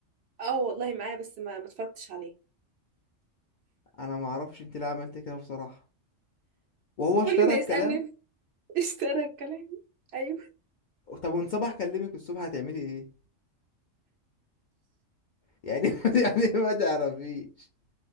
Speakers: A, on the right; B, on the left.
A: اه والله معايا بس ما ما اتفرجتش عليه
B: انا ما اعرفش انت ليه عملت كده بصراحه وهو اشترى
A: كل ما
B: الكلام
A: يسألني <laughs> اشترى الكلام ايوه <laughs>
B: طب وان صباح كلمك الصبح هتعملي ايه يعني <laughs> يعني ما تعرفيش